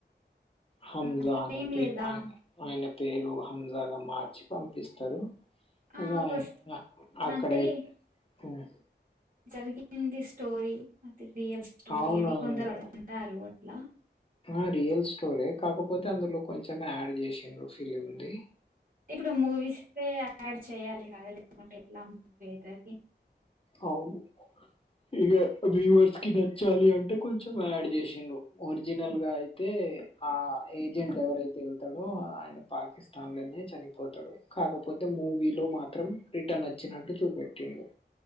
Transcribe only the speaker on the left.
హంజా
అనే
పేరు
ఆయ ఆయన పేరు హంజాగా మార్చి పంపిస్తారు.
ఇగా
ఇంగా
అక్కడ
ఏ మ్
అవునవును
ఆ రియల్ స్టోరీ కాకపోతే అందులో కొంచెమే యాడ్ చేసిండ్రు ఫిలిమ్ది.
అవును ఇగ రీవర్స్ కి నచ్చాలి అంటే కొంచెం యాడ్ చేసిండ్రు ఒరిజినల్ గా అయితే ఆ ఏజెంట్ ఎవరైతే వెళ్తాడో ఆయన పాకిస్తాన్ లోనే చనిపోతాడు కాకపోతే మూవీలో మాత్రం రిటర్న్ అచ్చినట్టు చూపెట్టిండు